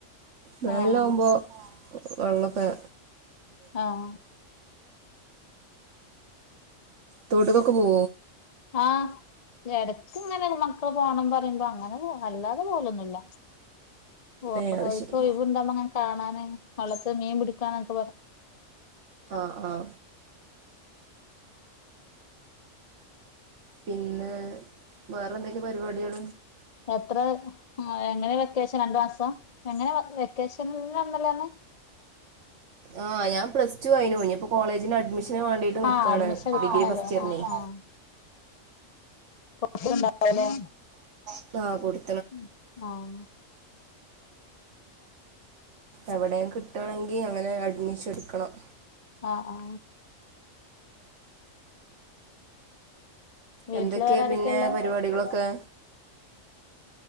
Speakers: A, on the right (about 65°); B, on the left (about 35°).
A: വേന്ലാവുമ്പോ
B: ആഹ്
A: വെള്ളക്കെ
B: അഹ്
A: തോട്ട്ക്ക് ഒക്കെ പോവോ
B: ആ എടക്ക്ങ്ങനെ മക്കള് പോണം പറിമ്പം അങ്ങനെ പോവും അല്ലാതെ പോവലോന്നുല്ല ഓ
A: ഏഹ് അത്
B: ഓല്ക്
A: ശരി
B: ഒയ്‌വ്‌ണ്ടാവുബങ്ങനെ കാണാന് വള്ളത്ത് മീൻ പിടിക്കാന് <unintelligible>
A: അഹ് അഹ് പിന്നെ വേറെന്തൊക്കെ പരിപാടികൾ
B: എത്രെ എങ്ങനെ വെക്കേഷൻ രണ്ട് മാസം എങ്ങനെ വെക്കേഷൻ <unintelligible>
A: ആ ഞാൻ പ്ലസ്റ്റു കഴിഞ്ഞു ഇഞ്ഞു പ്പം കോളേജിൽ അഡ്മിഷൻ ന് വേണ്ടീട്ട് നിക്കാണ്
B: ആഹ് അഡ്മിഷൻ എടുക്കണല്ലേ
A: ഡിഗ്രി ഫസ്റ്റ് ഇയറിനെയ്
B: ആഹ് ആഹ് <inaudible>
A: ആ <unintelligible>
B: ഉം ആഹ്
A: എവിടേം കിട്ടാണെങ്കി അങ്ങനെ അഡ്മിഷൻ എടുക്കണം
B: അ ആ വീട്ടില്
A: എന്തൊക്കെ
B: വേറെ ആരൊക്കെ
A: പിന്നെ
B: ഉള്ളെ
A: പരിപാടികളൊക്കെ?